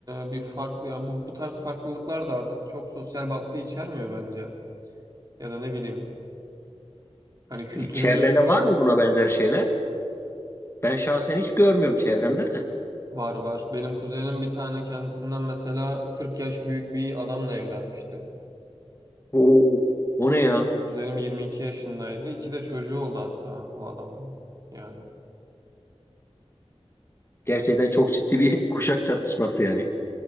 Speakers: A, on the right; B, on the left.
A: e, bir farklı ya bu bu tarz farklılıklar da artık çok sosyal baskı içermiyor bence. Ya da ne bileyim hani kültürümüz
B: Çevrende var mı buna benzer şeyler? Ben şahsen hiç görmüyorum çevremde de.
A: var var. Benim kuzenim bir tane kendisinden mesela 40 yaş büyük bir adamla evlenmişti.
B: Oo, o ne ya?
A: Kuzenim 22 yaşındaydı. İki de çocuğu oldu hatta o adamdan. Yani.
B: Gerçekten çok ciddi bir <laughs> kuşak çatışması yani.